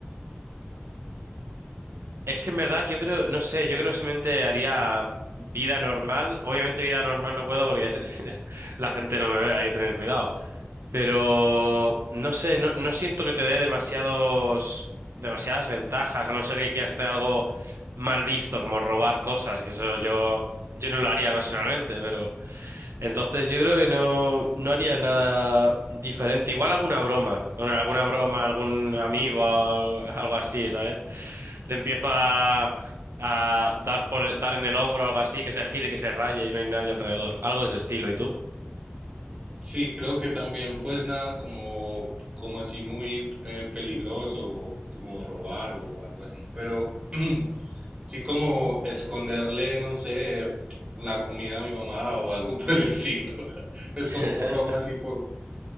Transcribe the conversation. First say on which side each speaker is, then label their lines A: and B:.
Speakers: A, on the right; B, on the right.
A: Es que en verdad yo creo, no sé, yo creo que simplemente haría vida normal. Obviamente vida normal no puedo porque es- <laughs> la gente no me ve, hay que tener cuidado. Pero no sé, no, no siento que te dé demasiados, demasiadas ventajas, a no ser que quieras hacer algo mal visto, como robar cosas, que eso yo, yo no lo haría personalmente, pero... Entonces yo creo que no, no haría nada diferente. Igual alguna broma, una- alguna broma, algún amigo, al- algo así, ¿sabes? Le empiezo a, a dar por, dar en el hombro, algo así, que se gire, que se raye y no hay nadie alrededor. Algo de ese estilo, ¿y tú?
B: Sí, creo que también, pues nada, como, como así muy eh, peligroso, como robar o algo así. Pero <clears throat> sí, como esconderle, no sé, la comida a mi mamá o algo <laughs> por el estilo. <laughs> Es
A: <laughs>
B: como una broma así, por,